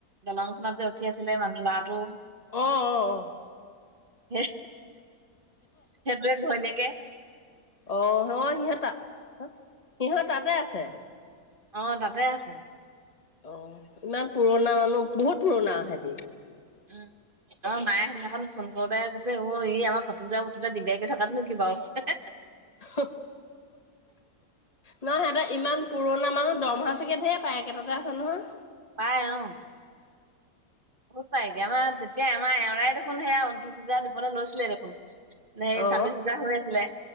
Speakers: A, on the right; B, on the left.
A: দলংখনত যে উঠি আছিলে লৰাটো।
B: আহ অ অ।
A: হেই সেইটোয়ে ঘৈণীয়েকে <unintelligible>
B: আহি সিহঁতা সিহঁত তাতে আছে।
A: অ তাতে আছে।
B: অ ইমান পুৰণা মানুহ বহুত পুৰণা সেতি।
A: উ অ মায়ে সেইদিনাখন ফোন কৰোতে কৈছে অ ই আমাৰ ভটোজা উথুা দগদাৰাকে থকাতো নেকি বাৰু।
B: <unintelligible> নহ সিহঁত ই পুৰণা মানুহ দৰমহা চাগে ধেৰ পায় একেটাতে আছে নহয়।
A: পাই অ বহুত পাই গে যেতিয়া আমাৰ তাই দেখোন সেয়া ঊনত্ৰিছ হাজজাৰ দিবলৈ লৈছিলে দেখোন। নে সেই
B: অ
A: ছাব্বিশ হোজাৰ হৈ আছিলে।